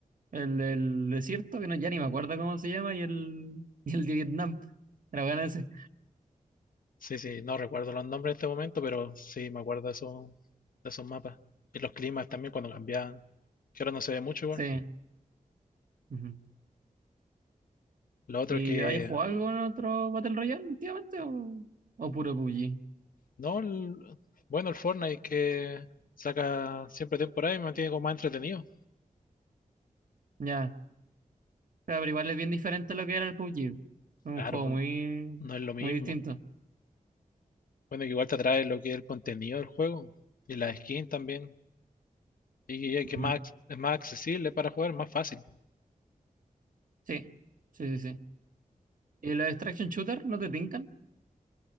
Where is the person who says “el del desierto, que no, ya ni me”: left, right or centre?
Right